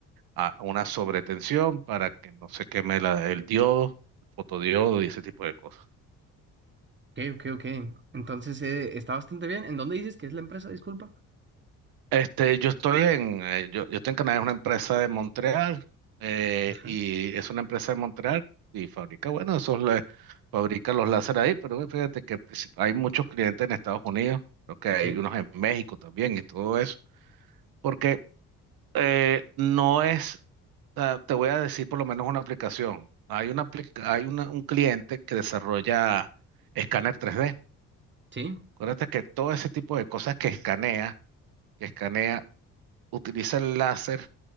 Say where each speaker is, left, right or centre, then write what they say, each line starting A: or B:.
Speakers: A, on the right; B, on the right.
A: ah, una sobretensión para que no se queme la- el diodo, el fotodiodo y ese tipo de cosas.
B: ok, ok, ok. Entonces, eh, está bastante bien. ¿En dónde dices que es la empresa? Disculpa.
A: Este, yo estoy en, eh, yo, yo estoy en Canadá, es una empresa de Montreal, eh,
B: Ajá.
A: y es una empresa de Montreal y fabrica, bueno, esos le, fabrica los láser ahí, pero bueno, fíjate que pues, hay muchos clientes en Estados Unidos, creo que hay
B: Sí,
A: unos en México también y todo eso. porque eh, no es, o te voy a decir por lo menos una aplicación. Hay una, aplica- hay una- un cliente que desarrolla escáner 3D.
B: sí,
A: Acuérdate que todo ese tipo de cosas que escanea, que escanea, utiliza el láser